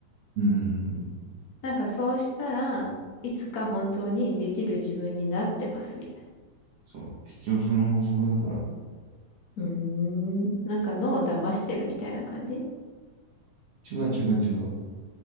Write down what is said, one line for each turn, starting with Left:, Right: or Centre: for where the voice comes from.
Right: うん。
Left: なんかそうしたらいつか本当にできる自分になってますみたい
Right: そう。引き寄せの法則だから。
Left: な。うーん。なんか脳を騙してるみたいな感じ
Right: 違う違う違う。